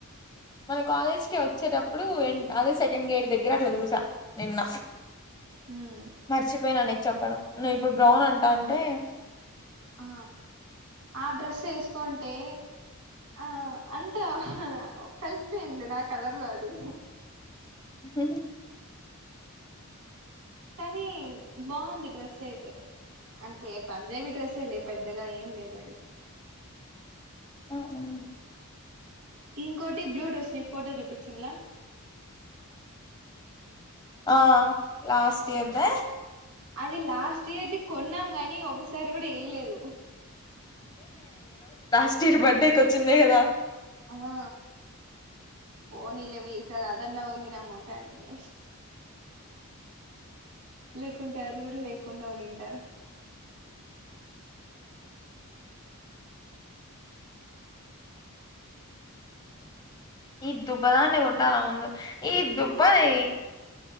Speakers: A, on the left (about 20°); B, on the right (about 80°).
A: మన కాలేజ్ కి వచ్చేటప్పుడు ఎండ్ అదే సెకండ్ గేడ్ దగ్గర అట్ల చూసా. నిన్న
B: హ్మ్
A: మర్చిపోయిన నీక్ చెప్పడం. నువ్ ఇప్పుడు బ్రౌన్ అంటాంటే
B: ఆ ఆ డ్రెస్ ఏసుకొంటే ఆ అంత అలా కల్సిపోయింది నా కలర్లో అది
A: హ
B: కానీ బాగుంది డ్రెస్ అయితే అంటే పంజాబీ డ్రెస్సే లే పెద్దగా ఏం లేదు అది
A: ఆవును
B: ఇంకోటి బ్లూ డ్రెస్ నీ ఫోటో జూపించిన్లా
A: ఆ లాస్ట్ ఇయర్ దే
B: అది లాస్ట్ ఇయర్ది కొన్నాం కానీ ఒక స సరి కూడా ఏయలేదు
A: స్టీర్ బర్త్డేకొచ్చిందే కదా
B: ఆ పోనీలేవి ఈ సార్ అదన్న ఉంది నా మొఖనికి లేకుంటే అది కూడా లేకుండా ఉనింట.
A: ఈ దుబ్బదాన్ని కొట్టాల ముందు ఈ దుబ్బది